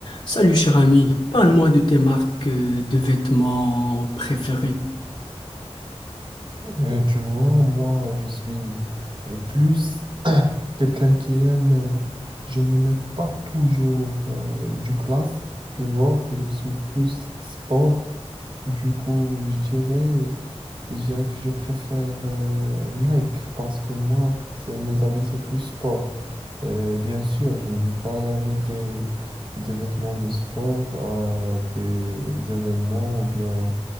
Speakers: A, on the left (about 45°); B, on the right (about 45°).
A: Salut cher ami, parle-moi de tes marques euh, de vêtements préférées.
B: Euh, tu vois, moi, je suis euh, plus quelqu'un qui aime, euh, je ne mets pas toujours euh, du classe, tu vois, je suis plus sport. Du coup, je dirais, je dirais que je préfère euh, Nike parce que moi, c'est mes habits, c'est plus sport. Euh, bien sûr, je ne vais pas aller avec des, des vêtements de sport à des événements ou bien